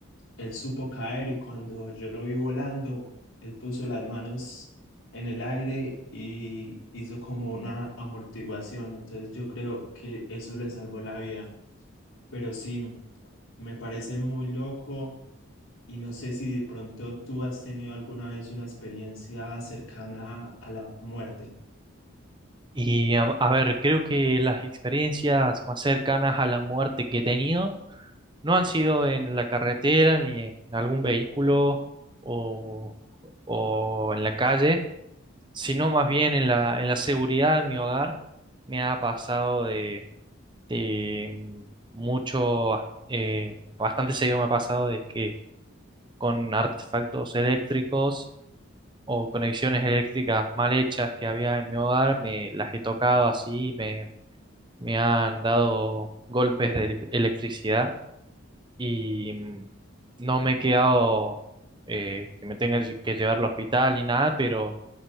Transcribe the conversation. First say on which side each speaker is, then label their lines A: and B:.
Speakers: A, on the left (about 75°); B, on the right (about 20°).
A: él supo caer y cuando yo lo vi volando, él puso las manos en el aire y hizo como una amortiguación. Entonces yo creo que eso le salvó la vida. Pero sí, me parece muy loco y no sé si de pronto tú has tenido alguna vez una experiencia cercana a la muerte.
B: Y a, a ver, creo que las experiencias más cercanas a la muerte que he tenido no han sido en la carretera ni en algún vehículo o, o en la calle, sino más bien en la, en la seguridad de mi hogar. Me ha pasado de eh, mucho, eh, bastante seguido me ha pasado de que con artefactos eléctricos o conexiones eléctricas mal hechas que había en mi hogar, me las he tocado así, me, me han dado golpes de elec- electricidad y mm, no me he quedado eh, que me tenga que llevar al hospital y nada, pero